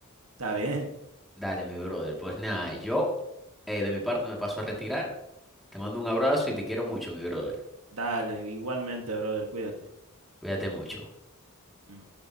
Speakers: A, on the right; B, in the centre.
A: Está bien.
B: Dale, mi brother. Pues nada, yo eh, de mi parte me paso a retirar. Te mando un abrazo y te quiero mucho, mi brother.
A: Dale, igualmente, brother, cuídate.
B: Cuídate mucho.
A: Ujú.